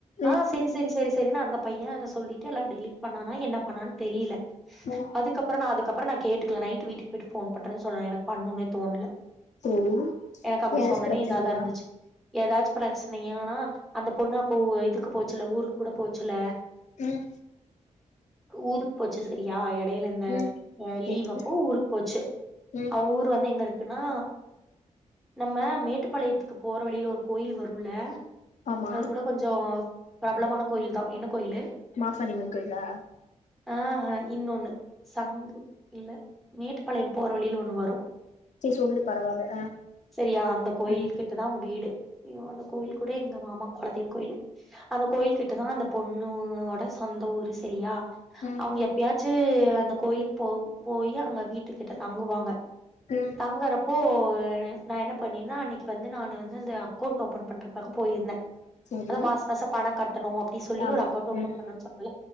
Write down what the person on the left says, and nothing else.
ம்
ம்
சேரி
கேஸ்
பிரச்சனையா
உம்
ம்
சேரி
ம்
ஆமா
மாசானியம்மன் கோயில்லா
சேரி சொல்லு பரவால்ல ஆ
ம்
ம்
ம்
சேரி
ஆமாமா
ம்